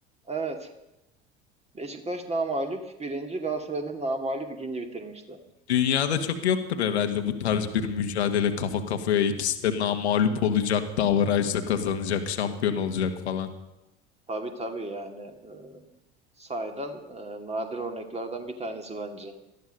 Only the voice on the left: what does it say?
Dünyada çok yoktur herhalde bu tarz bir mücadele kafa kafaya ikisi de namağlup olacak, davarajda kazanacak, şampiyon olacak falan.